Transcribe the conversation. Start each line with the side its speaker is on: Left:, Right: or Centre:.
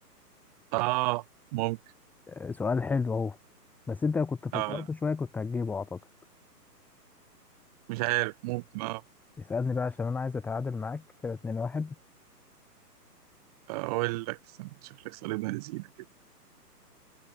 Right: آه ممكن
Centre: آه، سؤال حلو اهو بس انت لو كنت فكرت
Right: آه لا
Centre: شوية كنت هتجيبه اعتقد
Right: مش عارف ممكن آه
Centre: اسألني بقى عشان انا عايز اتعادل معاك كده اتنين واحد
Right: أقول لك استنى، شكلك صليب بنزينة